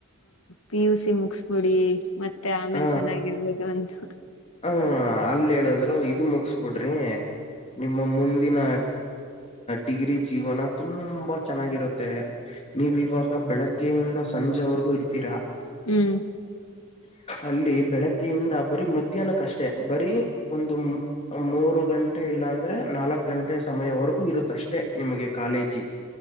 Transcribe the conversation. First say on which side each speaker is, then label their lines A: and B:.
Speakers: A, on the left; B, on the left.
A: ಪಿ ಯು ಸಿ ಮುಗಸ್ಬಿಡಿ ಮತ್ತೆ ಆಮೇಲ್
B: ಹ
A: ಚೆನ್ನಾಗಿರ್ಬೋದು ಅಂತ
B: ಹ ಅಲ್ಲಿ ಹೇಳದ್ರು ಇದು ಮುಗಿಸಬಿಡ್ರಿ ನಿಮ್ಮ ಮುಂದಿನ ಡಿಗ್ರಿ ಜೀವನ ತುಂಬಾ ಚೆನ್ನಾಗಿರುತ್ತೆ ನೀವು ಇವಾಗ ಬೆಳಗ್ಗೆಯಿಂದ ಸಂಜೆವರೆಗೂ ಇರ್ತೀರಾ
A: ಹ್ಮ್
B: ಅಲ್ಲಿ ಬೆಳಗ್ಗೆಯಿಂದ ಬರೀ ಮಧ್ಯಾಹ್ನಕ್ಕಷ್ಟೇ ಬರೀ ಒಂದು ಮೂರು ಗಂಟೆ ಇಲ್ಲಾ ಅಂದ್ರೆ ನಾಲ್ಕ್ ಗಂಟೆ ಅಷ್ಟೇ ಸಮಯವರೆಗೂ ಇರುತ್ತಷ್ಟೆ ನಿಮಗೆ ಕಾಲೇಜಿ